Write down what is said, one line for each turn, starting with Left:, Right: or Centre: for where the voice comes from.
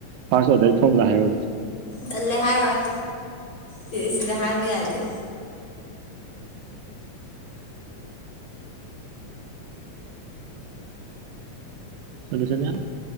Right: ꯐꯥꯁ ꯑꯣꯔ <unintelligible>
Left: ꯇꯜꯂꯦ ꯍꯥꯏꯔꯣꯏ ꯁꯤ ꯁꯤꯗ ꯍꯥꯏꯕ ꯌꯥꯗꯦ
Right: ꯁꯣꯂꯁꯟ ꯌꯥꯝ